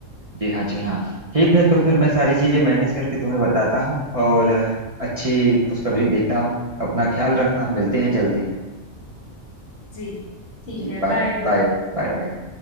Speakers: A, on the right; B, on the left.
A: जी हाँ जी हाँ ठीक है तो फिर मैं सारी चीज़ें मैनेज करके तुम्हें बताता हूँ और अ, अच्छी खुशखबरी देता हूँ अपना ख्याल रखना मिलते हैं जल्दी
B: जी ठीक
A: जी
B: है
A: बाय
B: बाय
A: बाय Bye bye